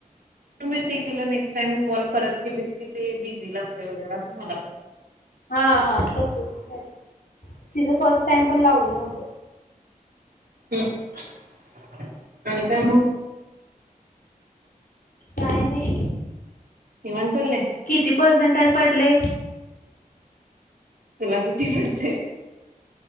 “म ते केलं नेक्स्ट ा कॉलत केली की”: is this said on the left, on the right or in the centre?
Right